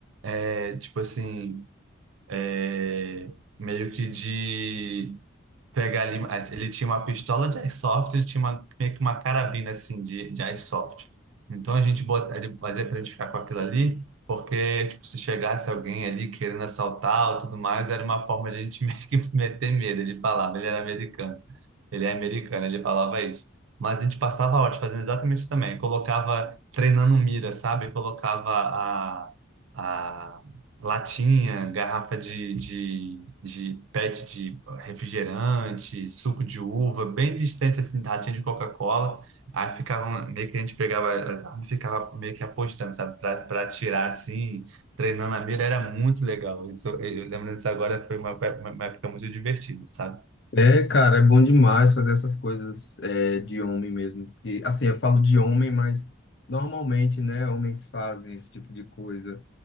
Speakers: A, on the right; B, on the left.
A: É, tipo assim, é, meio que de pegar ali. a- Ele tinha uma pistola de airsoft, ele tinha uma, meio que uma carabina assim de, de airsoft. Então a gente bota, ele fazia pra gente ficar com aquilo ali, porque tipo, se chegasse alguém ali querendo assaltar ou tudo mais, era uma forma de a gente <laughs> meio que meter medo. Ele falava, ele era americano. Ele é americano, ele falava isso. Mas a gente passava horas fazendo exatamente isso também. Colocava, treinando mira, sabe? Colocava a, a latinha, garrafa de, de, de pet de refrigerante, suco de uva, bem distante, assim, da latinha de Coca-Cola. Aí ficava, um, meio que a gente pegava as armas e ficava meio que apostando, sabe? Pra, pra atirar, assim, treinando a mira, era muito legal. Isso, eu lembrando disso agora, foi uma, uma uma época muito divertida, sabe?
B: É, cara, é bom demais fazer essas coisas é, de homem mesmo. E assim, eu falo de homem, mas normalmente, né, homens fazem esse tipo de coisa.